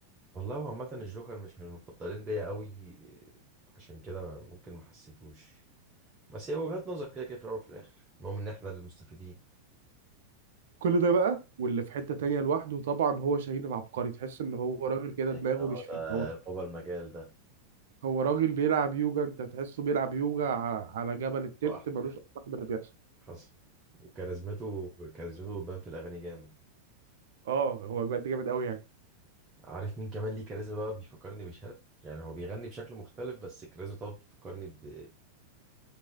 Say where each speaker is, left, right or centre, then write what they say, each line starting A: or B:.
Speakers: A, on the right; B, on the right.
A: والله هو عامه الجوكر مش من المفضلين ليا قوي عشان كده ممكن ما حسيتهوش بس هي وجهات نظر كده كده في الاول وفي الاخر المهم ان احنا اللي مستفيدين
B: كل ده بقى واللي في حتة تانية لوحده طبعا هو شاهين العبقري تحس ان هو راجل كده دماغه
A: اه
B: مش فيه
A: ده
B: هو
A: بابا المجال ده
B: هو راجل بيلعب يوجا انت تحسه بيلعب يوجا ع- على جبل التبت
A: لوحده
B: ملوش
A: كده
B: اصلا باللي بيحصل
A: حصل وكاريزمته كاريزمته بتبان في الاغاني جامد
B: اه هو بجد جامد قوي يعني
A: عارف مين كمان ليه كاريزما بقى بيفكرني بشهاب يعني هو بيغني بشكل مختلف بس الكاريزما طبعا بيفكرني ب...